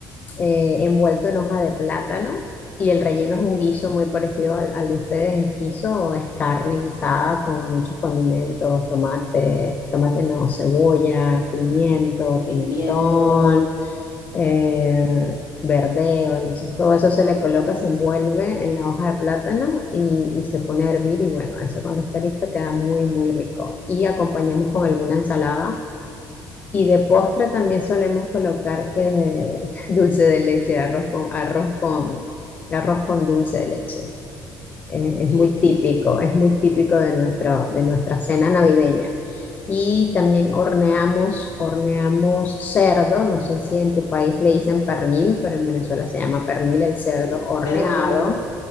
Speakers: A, on the left (about 25°); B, on the left (about 65°).
A: eh, envuelto en hoja de plátano y el relleno es un guiso muy parecido al, al de ustedes. Es guiso, es carne guisada con muchos condimentos, tomate, tomate no, cebolla, pimiento, pimentón
B: Pimientos
A: eh,
B: y,
A: verdeo, entonces todo eso se le coloca, se envuelve en la hoja de plátano y, y se pone a hervir y bueno, eso cuando está listo queda muy, muy rico. Y acompañamos con alguna ensalada y de postre también solemos colocar que <laughs> dulce de leche, arroz con, arroz con, arroz con dulce de leche. Eh,
B: y
A: Es muy
B: que,
A: típico, es muy típico de, nuestro, de nuestra cena navideña. Y también
B: um,
A: horneamos, horneamos cerdo, no sé si en tu país le dicen pernil, pero en Venezuela se llama pernil el cerdo
B: sí,
A: horneado.
B: pernil.